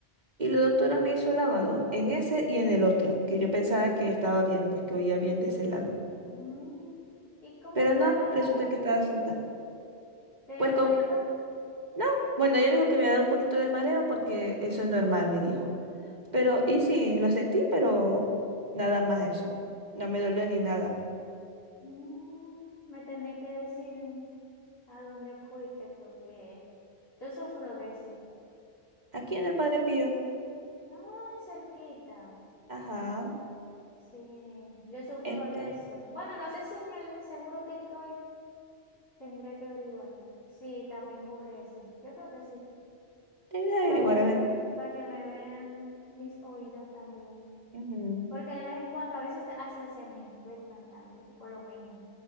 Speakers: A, on the right (about 40°); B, on the left (about 60°).
A: Y la doctora me hizo lavado en ese y en el otro, que yo pensaba que estaba bien, pues que oía bien de ese lado.
B: Mm, ¿Y cómo
A: Pero
B: fue
A: no,
B: el lavado?
A: resulta que estaba sorda.
B: ¿Te
A: Pues con...
B: molestó?
A: No, bueno, ella me dijo que me iba a dar un poquito de mareo porque eso es normal, me dijo.
B: Así.
A: Pero, y sí, lo sentí, pero nada más eso. No me dolió ni nada.
B: Mm, Me tenés que decir a dónde fuiste porque yo sufro de eso.
A: Aquí en el Padre Pío.
B: Ah, cerquita.
A: Ajá.
B: Sí, yo sufro
A: Entonces,
B: de eso. Bueno, no sé si en el seguro que estoy tendré que averiguar. Sí, también cubre eso. Yo creo que sí.
A: debería averiguar,
B: Para que me
A: a ver.
B: vean, para que me vean mis oídos también.
A: Ujú.
B: Porque de vez en cuando a veces hasta se me infectan también por lo mismo.